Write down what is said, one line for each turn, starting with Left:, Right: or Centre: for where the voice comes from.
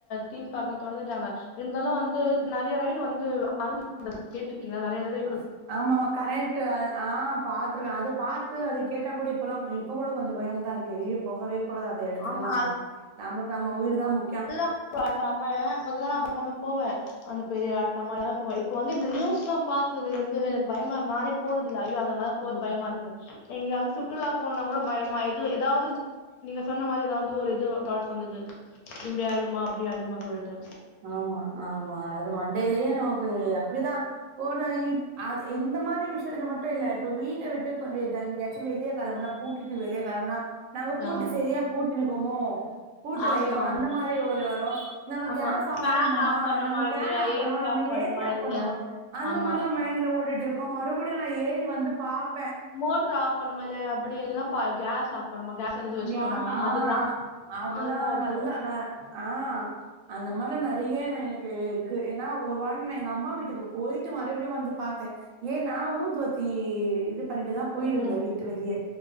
Left: தீம் பார்க்கு எல்லா தொரந்துட்டாங்க இருந்தாலு வந்து நெறைய ரைடு வந்து ஆந் து து கேட்டிருக்கீங்களா நெறைய தடவா
Right: ஆ ஆம்ஆமா கரண்ட் ஆ பாத்துருக்கே அது பா த்து அத கேட்டா கூட இப்ப எல்லா இப்ப கூட கொஞ்சே பய தா இருக்கு எப்ப போகவே கூடாது அந்த இடத்துக்கு
Left: ஆமா
Right: எல்லா நம்மாக் நம்ம உயிர தா மு
Left: முதல்ல பயப்படாம முதல்லா நா பயப்படாம போவே அந்த பெரிய ராட்டனமா எல்லாமே போவே இப்ப வந்து இந்த நியூஸ் எல்லா பாத்ததுல இருந்து எனக்கு பயமா இரு நானே போறதுல்ல ஐயோ அத அங்க எல்ல
Right: ம்
Left: போற பயமா
Right: ம்.
Left: இருக்குது எங்கயாவது சுற்றுலா போனனா கூட பயமா எது ஏதாவது நீங்க சொன்ன மாறி ஏதாவது ஒரு இது தாட்ஸ் வந்தது இப்டி ஆயிடுமா அப்டி ஆயிடுமா சொல்லிட்டு
Right: ஆமா ஆமா அது மண்டையிலயே நமக்கு அப்டிதா ஒரு இ அது இந் இந்த மாறி விஷயத்துல மட்டு இல்ல இப்போ வீட்ட விட்டு இதாங்க எங்கயாச்சு வெளிய கிளம்புனா பூட்டுட்டு வெளிய கிளம்புனா நாங்க பூட்டு
Left: ஆமா
Right: சரியா பூட்டி இருக்கோமோ பூட்டலையே
Left: ஆமா ஆமா
Right: அந்த மாறி ஒரு நம்ப
Left: ஆமா
Right: கேஸ் ஆஃப்
Left: ஃபேன்
Right: பண்ணோமா
Left: ஆஃப் பண்ணமா
Right: நம்ம
Left: இல்லையா
Right: பேன் ஆஃப்
Left: ஏ
Right: பண்ணோ
Left: சி
Right: மா நம்ம ஏசி ஆஃப்
Left: இல்லையா
Right: பண்ணமா அந்த
Left: ஆமா
Right: மாறிலா மைண்ட்ல ஓடிட்டு இருக்கு மறுபடியு நா ஏறி வந்து பாப்பே
Left: மோட்டர் ஆஃப் பண்ணுமா இல்ல அப்டி இல்ன்னா பா கேஸ் ஆப் பண்ணமா கேஸ் எதாவது வச்சுட்டோமா
Right: கேஸ்சா
Left: அதுதா
Right: அதுல்லா
Left: அதுதா இருக்கு
Right: இல்ல நா ஆ அந்த மாறி நெறைய எனக்கு இருக்கு ஏன்னா ஒரு வார நா எங்க அம்மா வீட்டுக்கு போயி ட்டு மறுபடியு வந்து பாத்தே ஏனா ஊதுவத்தி இது பண்ணிட்டு தா போயிருந்தே
Left: ம்
Right: வீட்டு வெளிய